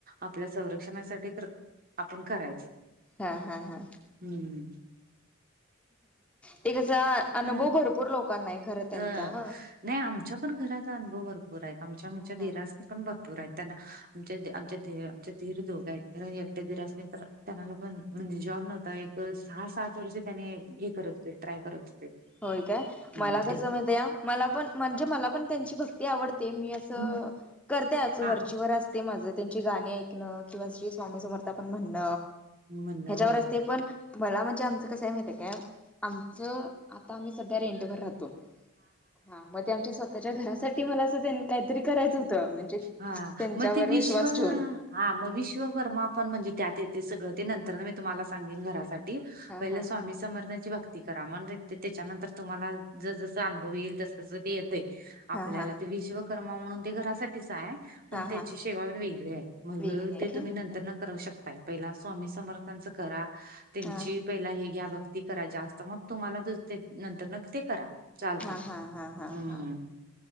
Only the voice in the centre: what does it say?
हा हा हा
ते कस, अनुभव
भरपूर लोकांना आहे खर त्यांचा.
ह
हा.
होय काय,
मला कस
माहितीय मला पण म्हणजे मला पण त्यांची भक्ती आवडते. मी
करते अस वरचेवर
अस. ते माझ, त्यांची गाणी ऐकण किंवा श्री स्वामी समर्थ आपण म्हणण.
ह्याच्यावर
असते, पण मला म्हणजे आमच कस आहे माहित काय? आमच आता आम्ही सध्या रेंट वर राहतो. हा मग ते आमच्या स्वतःच्या घरासाठी मला अस त्यां काहीतरी करायच होत. म्हणजे
त्यांच्यावर
विश्वास ठेवून.
हा
हा
हा हा
हा
हा
वेगळं आहे
काय
हा
हा हा हा हा
हा